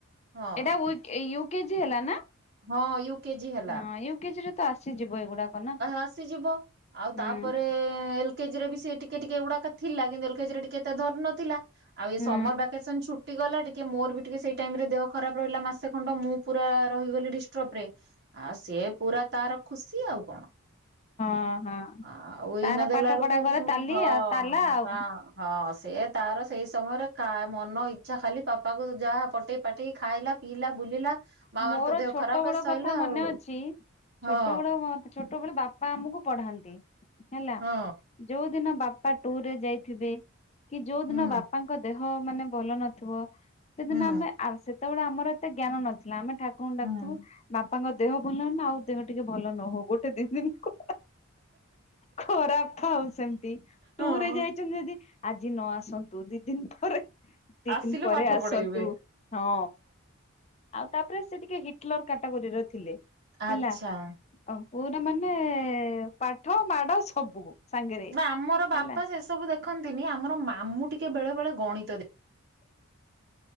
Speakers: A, on the right; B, on the left.
A: ଆ ହଁ।
B: ଏଇଟା କେଜି ହେଲା ନା?
A: ହଁ ୟୁ କେଜି ହେଲା
B: ନାଁ ୟୁକେଜିରେ ତ ଆସିଯିବ। ଏଗୁଡାକ ନା।
A: ଆସିଯିବ ଆଉ
B: ହୁଁ
A: ତାପରେ ଏଲ କେଜିରେ ବି ସେ ଟିକେ ଟିକେ ଏଗୁଡାକ ଥିଲା କିନ୍ତୁ ଏଲକେଜିରେ ଟିକେ ଏତେ ଧରି ନଥିଲା। ଆଉ ଏ
B: ହୁଁ
A: ସମର ଭ୍ୟାକେସନ ଛୁଟି ଗଲା ଟିକେ ମୋର ବି ଟିକେ ସେଇ ଟାଇମରେ ଦେହ ଖରାପ ରହିଲା ମାସେ ଖଣ୍ଡ ମୁଁ ପୁରା ରହିଗଲି ଡିଷ୍ଟର୍ବରେ ଆଉ ସେ ପୁରା ତାର ଖୁସି ଆଉ କଣ।
B: ହଁ ହଁ।
A: ଆଉ ଏଇନା
B: ତାର
A: ଦେଲା
B: ପାଠ
A: ବେଳକୁ
B: ପଢା ଘରେ ତାଲି
A: ହଁ
B: ଆଉ ତାଲା ଆଉ
A: ହଁ ସେ ତାର ସେଇ ସମୟରେ କା ମନ ଇଚ୍ଛା ଖାଲି ବାପା କୁ ଯାହା ପଟେଇ ପାଟେଇ ଖାଇଲା ପିଇଲା ବୁଲିଲା। ମାମାର
B: ମୋର
A: ତ ଦେହ
B: ଛୋଟ
A: ଖରାପ
B: ବେଳ
A: ସଇଲା
B: କଥା ମନେ
A: ଆଉ
B: ଅଛି
A: ହଁ
B: ଛୋଟ ବେଳ ମୋ ବେଳେ ବାପା ଆମକୁ ପଢାନ୍ତି ହେଲା
A: ହଁ
B: ଯୋଉ ଦିନ ବାପା ଟୁରରେ ଯାଇଥିବେ କି ଯୋଉ
A: ହୁଁ
B: ଦିନ ବାପାଙ୍କ ଦେହ ମାନେ ଭଲ ନଥିବ ସେଦିନ
A: ହୁଁ
B: ଆମେ ସେତେବେଳେ ଆମର ଏତେ ଜ୍ଞାନ ନଥିଲା ଆମେ ଠାକୁରଙ୍କୁ ଡାକୁଥିବୁ
A: ହୁଁ
B: ବାପା ତାଙ୍କ ଦେହ ଭଲ ହଉ ନା ଆଉ ଦେହ ଟିକେ ଭଲ ନ ହଉ ଗୋଟେ ଦି ଦିନ ଖରା ଥାଉ ସେମିତି
A: ହଁ।
B: ଟୁରେ ଯାଇଛନ୍ତି ଯଦି ଆଜି ନ ଆସନ୍ତୁ ଦି ଦିନ ପରେ ଦି
A: ଆସିଲେ
B: ଦିନ ପରେ
A: ପାଠ
B: ଆସନ୍ତୁ
A: ପଢେଇବେ।
B: ହଁ। ଆଉ ତାପରେ ସେ ଟିକେ ହିଟଲର କାଟାଗୋରୀର ଥିଲେ।
A: ଆଚ୍ଛା।
B: ହେଲା ପୁରା ମାନେ ପାଠ ମାଡ ସବୁ ସାଙ୍ଗରେ
A: ନା ଆମର ବାପା
B: ହେଲା
A: ସେସବୁ ଦେଖନ୍ତିନି ଆମର ମାମୁଁ ଟିକେ ବେଳେ ବେଳେ ଗଣିତ ଦ